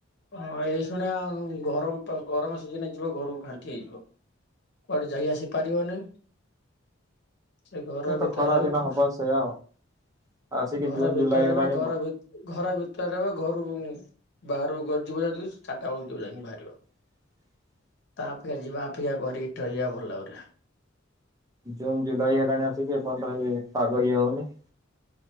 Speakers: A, on the left; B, on the right.
A: ହଁ ଏଇ ଶୁଣିଆ ଆଉ ଗରମ ଗରମ ସିଯିନରେ ଯିବ ଘରକୁ ଘାଣ୍ଟି ହେଇଯିବ। କୁଆଡ଼େ ଯାଇ ଆସିପାରିବନି। ସେ ଘର ଭିତରେ
B: ତ ଖରା ଦିନ
A: ରହିବ।
B: ହବ ସେଇଆ ଆଉ ଆସିକି
A: ଘର
B: ଜୁନ
A: ଭିତରେ
B: ଜୁଲାଇ ହେଲାଣି
A: ବା ଘର ଭିତ ଘର ଭିତରେ ରହିବ, ଘରୁ ବାହାରୁକୁ କୁଆଡ଼େ ଯିବ ଯଦି ଚାରିଟା ବେଳକୁ ଯିବ ଯାଇକି ବାହାରିବ।
B: <inaudible>
A: ତା ଅପେକ୍ଷା ଯିବା ଅପେକ୍ଷା ଘରେ ଏଇଠେ ରହିଯିବା ଭଲ ଆହୁରି।
B: ଜୁନ ଜୁଲାଇ ହେଲାଣି ଆସିକି ଏପନ୍ତ ହେଇ ପାଗ ଇଏ ହଉନି।